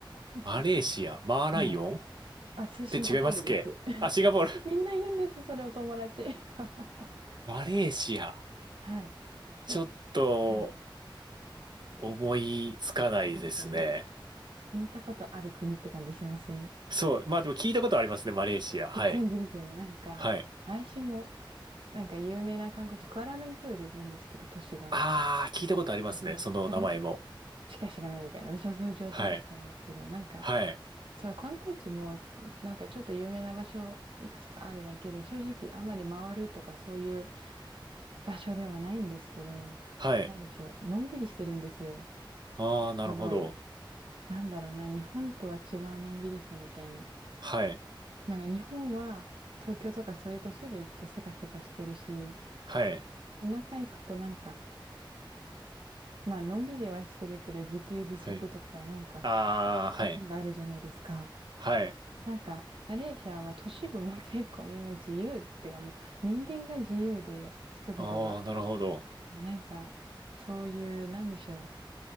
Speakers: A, on the right (about 85°); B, on the right (about 60°).
A: <laughs>
B: マレーシア、マーライオンっ
A: はい。あ、それシンガポールです。
B: て違いますっけあ、
A: <laughs>
B: シンガポール。
A: みんな言うんです、それを友達。<laughs>
B: マレーシア。
A: はい。
B: ちょっと
A: なんか、はい。
B: 思いつかないですね。
A: ないですよね。なんか、似たことある国って感じしませんっ
B: そう。まあでも聞いたことありますね、マレーシア。はい。
A: て感じですよね。なんか、
B: はい。
A: 私も、なんか有名な観光地、クアラルンプールなんですけど、都市が。
B: ああ、聞いたことありますね、
A: はいはい。
B: その名前も。
A: それしか知らないみたいな、私もそういう状態だったんですけど、
B: はい。
A: なんか、
B: はい。
A: そう、観光地もなんかちょっと有名な場所いくつかあるだけで、正直あまり回るとかそういう場所ではないんですけど、
B: はい。
A: なんでしょう、のんびりしてるんですよ。
B: ああ、なるほど。
A: すごい。なんだろうな、日本とは違うのんびりさみたいな。
B: はい。
A: なんか日本は東京とかそういう都市部行くとせかせかしてるし、
B: はい。
A: 田舎行くとなんか、まあのんびりはしてるけど自給自足とかなんか、
B: はい。ああ、
A: 面があるじゃないですか。
B: はい。はい。
A: なんか、マレーシアは都市部も結構みんな自由っていうか、もう人間が自由で、人々が。
B: ああ、なるほど。
A: なんか、そういう、なんでしょ